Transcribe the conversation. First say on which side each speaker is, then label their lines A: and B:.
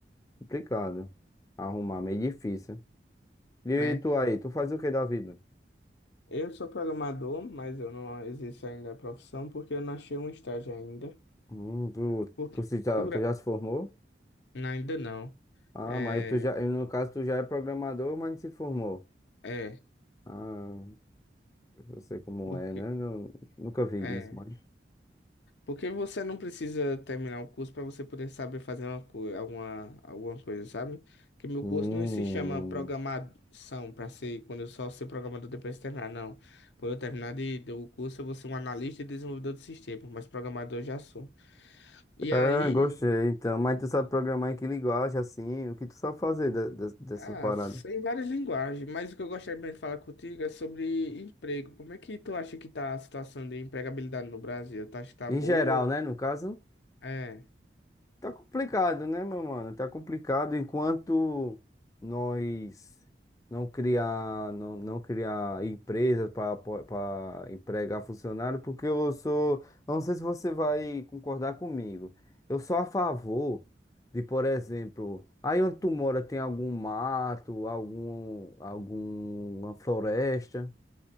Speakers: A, on the left; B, on the left.
A: complicado arrumar, meio difícil. E
B: É.
A: tu aí, tu faz o que da vida?
B: Eu sou programador, mas eu não exerço ainda a profissão porque eu não achei um estágio ainda.
A: Hum, tu,
B: Porque
A: tu, se já,
B: o
A: tu
B: Bra...
A: já se formou?
B: Não, ainda não.
A: Ah,
B: É,
A: mas tu já, no caso, tu já é programador, mas não se formou.
B: é,
A: Ah, eu sei como
B: porque
A: é, né? Nu- nunca vi
B: é.
A: isso, mas.
B: Porque você não precisa terminar o curso para você poder saber fazer uma coisa, alguma, alguma coisa, sabe? Porque meu
A: Hum.
B: curso não se chama programação para ser quando eu só ser programador depois de terminar, não. Quando eu terminar de, do curso, eu vou ser um analista e desenvolvedor de sistema, mas programador eu já sou. E
A: Ah,
B: aí,
A: gostei, então. Mas tu sabe programar em que linguagem, assim? O que tu sabe fazer de- de- dessas
B: ah,
A: paradas?
B: tem várias linguagens, mas o que eu gostaria mesmo de falar contigo é sobre emprego. Como é que tu acha que tá a situação de empregabilidade no Brasil? Tu acha que tá
A: Em
B: boa?
A: geral, né? No caso,
B: É,
A: tá complicado, né, meu mano? Tá complicado enquanto nós não criar, não, não criar empresa para para empregar funcionário, porque eu sou, eu não sei se você vai concordar comigo. Eu sou a favor de, por exemplo, aí onde tu mora tem algum mato, algum, alguma floresta.